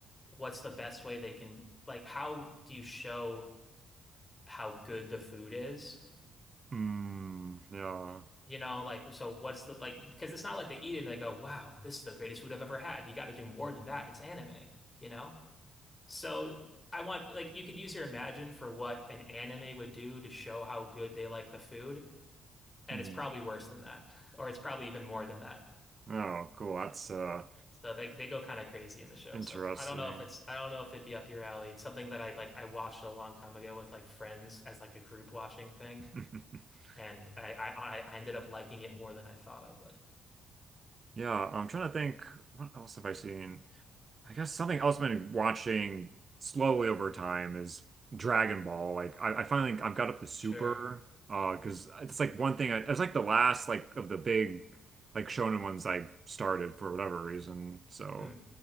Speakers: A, on the left (about 20°); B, on the right (about 35°).
A: What's the best way they can like how do you show how good the food is?"
B: Hmm, yeah.
A: You know, like so what's the like because it's not like they eat it and they go, "Wow, this is the greatest food I've ever had." You got to do more than that. It's anime, you know? So I want like you could use your imagine for what an anime would do to show how good they like the food,
B: <laughs>
A: and
B: Hmm.
A: it's probably worse than that, <laughs> or it's probably even more than that.
B: Oh, cool. That's uh
A: So they they go kind of crazy in the show.
B: interesting.
A: So I don't know if it's I don't know if it'd be up your alley. It's something that I like I watched a long time ago with like friends as like a group watching thing,
B: <laughs>
A: and I I I ended up liking it more than I thought I would.
B: Yeah, I'm trying to think what else have I seen? I guess something else I've been watching slowly over time is Dragon Ball. Like I, I finally I've got up the Super
A: Sure.
B: uh because it's like one thing I, it was like the last like of the big like shonen ones I started for whatever reason. So
A: Hmm.